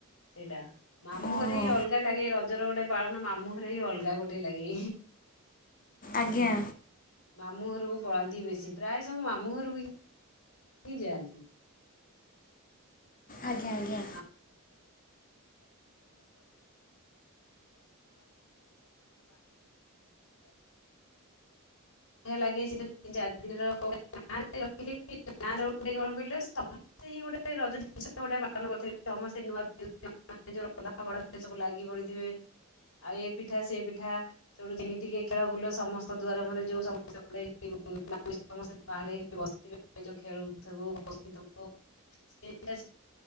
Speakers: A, on the left; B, on the left.
A: ସେଇଟା। ମାମୁଁ
B: ଓହୋ
A: ଘରେ ହିଁ ଅଲଗା ଲାଗେ ରଜର ଗୋଟେ ପାଳନ ମାମୁଁ ଘରେ ହିଁ ଅଲଗା ଗୋଟେ ଲାଗେ।
B: ଆଜ୍ଞା
A: ହୁଁ ମାମୁଁ ଘରକୁ ପଳାନ୍ତି ବେଶୀ ପ୍ରାୟ ସବୁ ମାମୁଁ ଘରକୁ ହିଁ ଯାଆନ୍ତି।
B: ଆଜ୍ଞା ଆଜ୍ଞା।
A: <inaudible> <unintelligible> <inaudible> ଲାଗେ ସେ ତିନି ଚାରି ଦିନର ଗାଁ ରହିଲେ ଗାଁ ରଟ କଣ କହିଲ? <unintelligible> <unintelligible> ଆଉ ଏ ପିଠା ସେ ପିଠା। ସେଠୁ ଯି ଟିକେ ଖେଳ ବୁଲ ସମସ୍ତ ଦୁଆର ମାନେ ଯୋଉ। <unintelligible> <unintelligible>